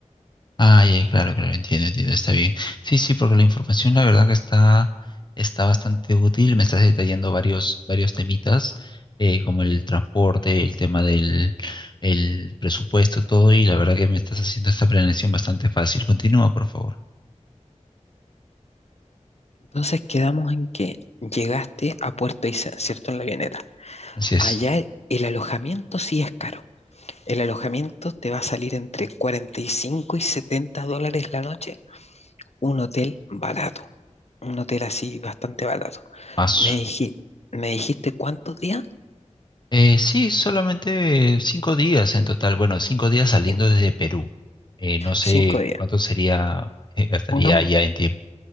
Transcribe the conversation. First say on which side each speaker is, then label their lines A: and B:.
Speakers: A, on the left; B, on the left.
A: Ah, ya, claro, claro, entiendo, entiendo, está bien. Sí, sí, porque la información la verdad que está, está bastante útil, me estás detallando varios, varios temitas, eh, como el transporte, el tema del el presupuesto, todo, y la verdad que me estás haciendo esta planeación bastante fácil. Continúa, por favor.
B: Entonces quedamos en que llegaste a Puerto Aysén, ¿cierto? En la avioneta.
A: Así es.
B: Allá el, el alojamiento sí es caro. El alojamiento te va a salir entre 45 y 70 dólares la noche, un hotel barato, un hotel así bastante barato.
A: Paso.
B: Me diji- me dijiste cuántos días?
A: Eh, sí, solamente cinco días en total. Bueno, cinco días saliendo
B: Cinco.
A: desde Perú. Eh, no sé
B: Cinco días.
A: cuánto sería, eh, gastaría
B: Pongamos,
A: allá en tiempo.